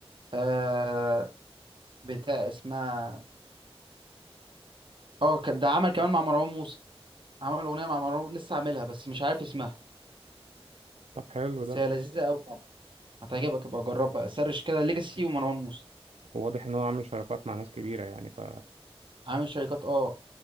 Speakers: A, on the right; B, on the right.
A: آه بتاع اسمها اه كان ده عمل كمان مع مروان موسى عمل اغنيه مع مروان لسه عاملها بس مش عارف اسمها
B: طب حلو
A: بس
B: ده
A: هي لذيذه قوي يعني هتعجبك ابقى جربها سرش كده ليجاسي ومروان موسى
B: واضح ان هو عامل شراكات مع ناس كبيره يعني ف
A: عامل شركات اه